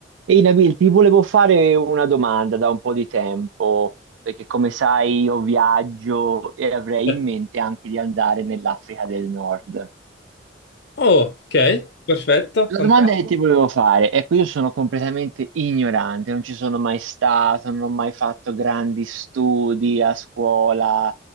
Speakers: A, on the right (about 85°); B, on the left (about 65°).
A: Ehi Nabil, ti volevo fare una domanda da un po' di tempo, perché come sai io viaggio e avrei
B: Eh,
A: in mente anche di andare nell'Africa del Nord.
B: Oh, ok, perfetto,
A: La
B: fantastico,
A: domanda che ti Certo. volevo fare, ecco, io sono completamente ignorante, non ci sono mai stato, non ho mai fatto grandi studi a scuola,